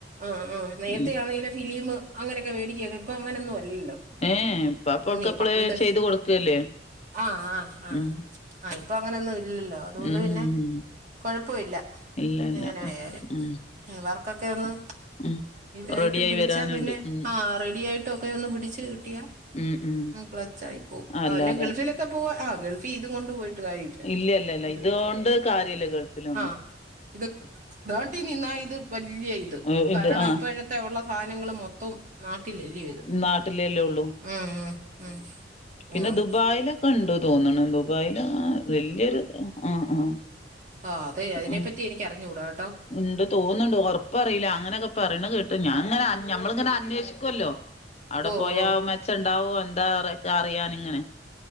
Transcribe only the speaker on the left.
ഉം
ഏഹ് ഇപ്പാപ്പ ഓൾക്ക്
അപ്പളേ
ചെയ്ത് കൊടുക്കല്ലേ
ഉം
ഉം
ഇല്ല ഇല്ല
ഉം
ഉം
റെഡി ആയി
വരാനുണ്ട്
ഉം
ഉം ഉം
അല്ലാതെ
ഇല്ല ഇല്ല ഇല്ല
ഇതോണ്ട് കാര്യല്ല ഗൾഫിലൊന്നും
ഉം
ഇത് ആഹ്
നാട്ടിലല്ലേ ഉള്ളൂ
പിന്നെ ദുബായില്
ഇണ്ടു തോന്നണ്. ദുബായില് ആ വല്യൊരു ആഹ് ആഹ്
ആഹ്
ഉണ്ട് തോന്നുണ്ട്. ഉറപ്പയറിയില്ല അങ്ങനെക്കെ പറയണ കേട്ട് ഞാനെങ്ങനെ അൻ നമ്മളിങ്ങനെ അന്വേഷിക്കുവല്ലോ. അവടെ
പോയാ
മെച്ചണ്ടാവോ എന്തോയവെരെയെക്കെറിയാനിങ്ങനെ.